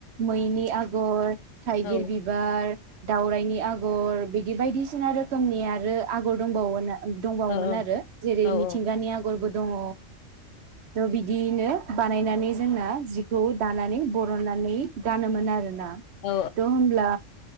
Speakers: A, on the right (about 65°); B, on the left (about 70°).
A: मैनि आगर थाइगिर
B: औ
A: बिबार दावरायनि आगर बिदि बायदिसिना रोखोमनि आरो आगर दंबावोन दंबावोमोन
B: औ
A: आरो जेरै
B: औ
A: मिथिंगानि आगरबो दङ'। द बिदि बिनो बानायनानै जोंना जिखौ दानानै बरननानै गानोमोन आरोना
B: औ
A: थ' होमब्ला